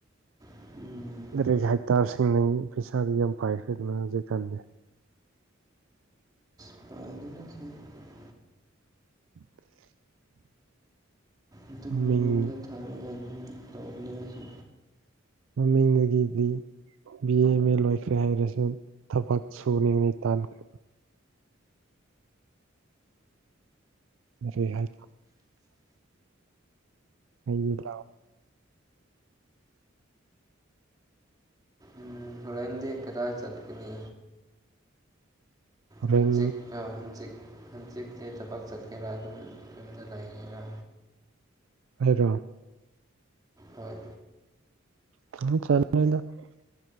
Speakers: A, on the right; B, on the right.
A: ꯋꯥꯕꯁꯦ
B: ꯂꯥꯏꯔꯤꯛ ꯍꯩꯇꯥꯔꯁꯤꯡꯅ ꯄꯩꯁꯥꯗꯤ ꯌꯥꯝ ꯄꯥꯏꯈ꯭ꯔꯦꯗꯅ ꯍꯧꯖꯤꯛꯀꯥꯟꯗꯤ
A: <unintelligible>
B: <inaudible>
A: ꯑꯗꯨꯝ
B: ꯃꯤꯡ
A: ꯌꯨꯝꯗ ꯊꯥꯔꯒ ꯑꯗꯨꯝ ꯇꯧꯕꯅꯦ ꯑꯩꯁꯨ
B: ꯃꯃꯤꯡꯗꯒꯤꯗꯤ ꯕꯤ ꯑꯦ ꯑꯦꯝ ꯑꯦ ꯂꯣꯏꯈ꯭ꯔꯦ ꯍꯥꯏꯔꯁꯨ ꯊꯕꯛ ꯁꯨꯅꯤ ꯇꯟꯈ꯭ꯔꯦ ꯀꯔꯤ ꯍꯥꯏ ꯑꯩꯗꯤꯂꯥꯛ
A: ꯎꯝ ꯍꯦꯔꯦꯟꯗꯤ ꯀꯗꯥꯥꯏ ꯆꯠꯀꯅꯤ꯫
B: ꯍꯣꯔꯦꯟ
A: ꯍꯪꯆꯤꯛ ꯑ ꯍꯪꯆꯤꯛ ꯍꯪꯆꯤꯛꯁꯦ ꯊꯕꯛ ꯆꯠꯀꯦꯔꯥ? ꯑꯗꯨꯝ ꯌꯨꯝꯗ ꯂꯩꯒꯦꯔꯥ?
B: ꯑꯩꯔꯣ?
A: ꯍꯣꯏ
B: <unintelligible>